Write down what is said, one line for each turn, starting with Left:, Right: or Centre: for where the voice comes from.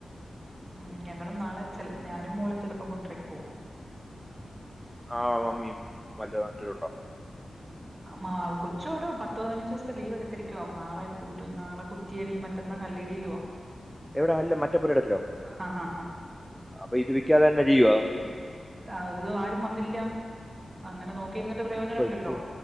Right: ഉം ഞങ്ങള് നാളെ ചെൽ ഞാനും മോളും ചെലപ്പം കൊണ്ടരക്ക് പോവും.
Centre: ആ മമ്മിയും വല്ല മറ്റൊരുണ്ടോ?
Right: അമാവ് കൊച്ചു അവടെ പത്ത് പതിനഞ്ച് ദിവസത്തെ ലീവ് എടുത്തിരിക്കുവാ നാളെ കൂടും നാളെ കുറ്റിയടി മറ്റന്നാ കല്ലടിയിലുആ.
Centre: എവിടെ അല്ല് മറ്റപ്പുരടത്തിലോ
Right: ആഹ് ആഹ്
Centre: അപ്പൊ ഇത് വിക്കാതെ തന്നെ ചെയ്യുവാ അതൊ?
Right: ആഹ് ഇത് ആരും വന്നില്ല. അങ്ങനെ
Centre: ആ
Right: നോക്കിരുന്നിട്ട്
Centre: അതാണ്
Right: പ്രയോജനല്ലല്ലോ.
Centre: ഇപ്പൊ ഇപ്പൊ